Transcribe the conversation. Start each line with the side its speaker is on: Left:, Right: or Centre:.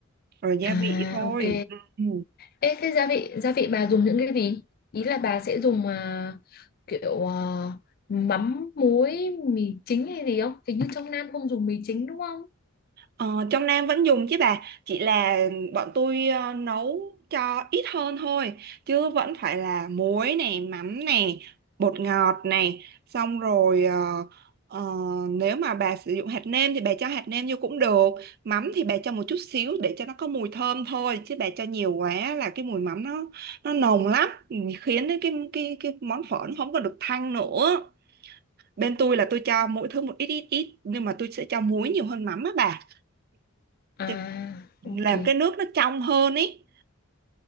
Right: rồi gia
Left: à
Right: vị thôi
Left: ok
Right: ừ.
Left: ê thế gia vị gia vị bà dùng những cái gì ý là bà sẽ dùng à, kiểu à, mắm muối mì chính hay gì không hình như trong Nam không dùng mì chính đúng không
Right: Ờ, trong Nam vẫn dùng chứ bà chỉ là bọn tôi ờ, nấu cho ít hơn thôi chứ vẫn phải là muối này mắm này bột ngọt này xong rồi ờ, ờ, nếu mà bà sử dụng hạt nêm thì bà cho hạt nêm vô cũng được mắm thì bà cho một chút xíu để cho nó có mùi thơm thôi chứ bà cho nhiều quá là cái mùi mắm nó nó nồng lắm Ừ, khiến đến cái cái cái món phở nó không có được thanh nữa bên tôi là tôi cho mỗi thứ một ít ít ít nhưng mà tôi sẽ cho muối nhiều hơn mắm á bà thì
Left: à ok
Right: làm cái nước nó trong hơn ý